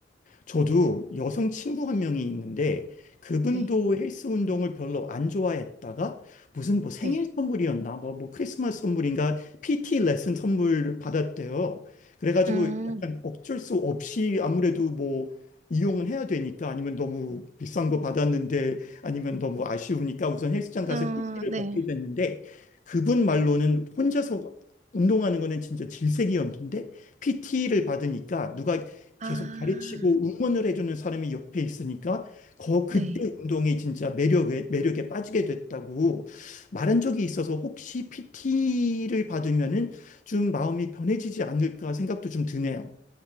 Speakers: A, on the left; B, on the right.
A: 저도 여성 친구 한 명이 있는데 그분도
B: 네.
A: 헬스 운동을 별로 안 좋아했다가 무슨 뭐 생일
B: 네.
A: 선물이었나 뭐, 뭐 크리스마스 선물인가 PT 레슨 선물을 받았대요. 그래가지고
B: 음,
A: 약간 어쩔 수 없이 아무래도 뭐 이용은 해야 되니까 아니면 너무 비싼 거 받았는데 아니면 너무 아쉬우니까 우선 헬스장 가서
B: 아,
A: PT를
B: 네.
A: 받게 됐는데 그분 말로는 혼자서 운동하는 거는 진짜 질색이었는데 PT를 받으니까 누가
B: 아,
A: 계속 가르치고 응원을 해주는 사람이 옆에 있으니까 거 그때
B: 네.
A: 운동이 진짜 매력에 매력에 빠지게 됐다고 말한 적이 있어서 혹시 PT를 받으면은 좀 마음이 변해지지 않을까 생각도 좀 드네요.